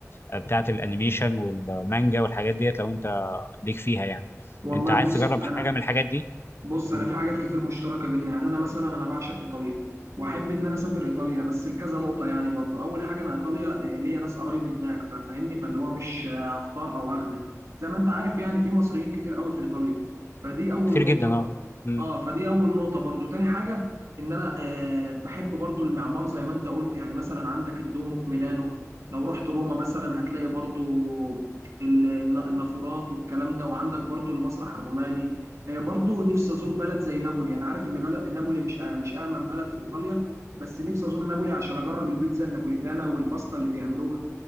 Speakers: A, on the left; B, on the right.
A: آه، بتاعه الانيميشن والمانجا والحاجات ديت لو انت ليك فيها يعني
B: والله
A: انت عايز
B: بص
A: تجرب
B: انا
A: حاجه من الحاجات دي
B: بص انا
A: مم.
B: في حاجات كتير مشتركه بينا يعني انا مثلا انا بعشق ايطاليا واحب ان انا اسافر ايطاليا بس لكذا نقطه يعني برضو اول حاجه انا ايطاليا آه، ليا ناس قرايب هناك ففاهمني فاللي هو مش آه، هختار او هغلب زي ما انت عارف يعني في مصريين كتير قوي في ايطاليا فدي اول
A: كتير
B: نقطه
A: جدا اه مم.
B: اه فدي اول نقطه برضو تاني حاجه ان انا آه بحب برضو المعمار زي ما انت قلت يعني مثلا عندك الدومو في ميلانو لو رحت روما مثلا هتلاقي برضو ال- النافورات والكلام ده وعندك برضو المسرح الروماني آه، برضو نفسي ازور بلد زي نابولي انا عارف ان بلد نابولي مش آه، مش امن بلد في ايطاليا بس نفسي ازور نابولي عشان اجرب البيتزا النابوليتانا والباستا اللي بيعملوها